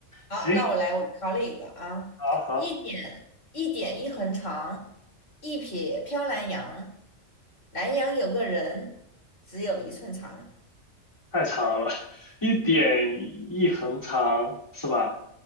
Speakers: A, on the left; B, on the left.
A: 好，
B: 行，
A: 那我来，我考你一个啊，
B: 好好，
A: 一点一点一横长，一撇飘南洋。南洋有个人，只有一寸长。
B: 太长了吧，<laughs> 一点一横长是吧？